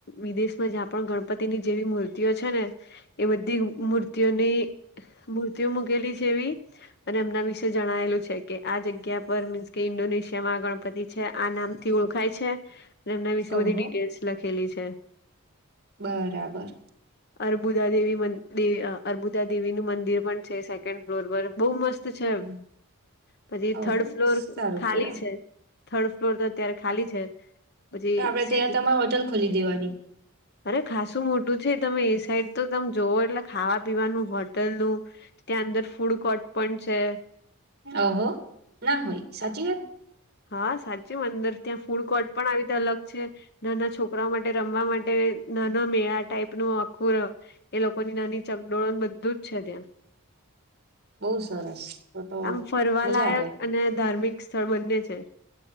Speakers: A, on the left; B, on the right.
A: વિદેશમાં જ્યાં પણ ગણપતિની જેવી મૂર્તિઓ છે ને એ બધી મૂર્તિઓની મૂર્તિઓ મૂકેલી છે એવી અને એમના વિશે જણાયેલું છે કે આ જગ્યા પર મીન્સ કે ઈન્ડોનેશિયામાં ગણપતિ છે આ નામ થી ઓળખાય છે એમના વિશે
B: ઓહો
A: બધી ડિટેલ્સ છે.
B: બરાબર.
A: અર્બુદા દેવી મંદી દે આ અર્બુદા દેવી નું મંદિર પણ છે સેકન્ડ ફ્લોર પર બહુ મસ્ત છે.
B: હા,
A: પછી
B: ઓહો
A: થર્ડ ફ્લોર
B: સારું
A: ખાલી
B: કેવાય
A: છે થર્ડ ફ્લોર તો અત્યારે ખાલી છે. અજી
B: તો આપડે
A: સેજ
B: તો યાર તમારે હોટલ ખોલી દેવાની
A: અરે ખાસું મોટું જે તમે એ સાઈડ તો તમ જોવો એટલે ખાવા પીવાનું હોટેલનું ત્યાં અંદર ફૂડ કોટ પણ છે.
B: ઓહો ના હોય સાચી વાત.
A: હા સાચું અંદર ત્યાં ફૂડ કોર્ટ પણ આવી તે અલગ છે. નાના છોકરાઓ માટે રમવા માટે નાના મેળા ટાઈપનું આખું એ લોકોની નાની ચકડોળો બધું જ છે ત્યાં.
B: બહુ સરસ તો તો
A: આમ ફરવાલાયક
B: મજા આવે
A: અને ધાર્મિકસ સબંધી છે.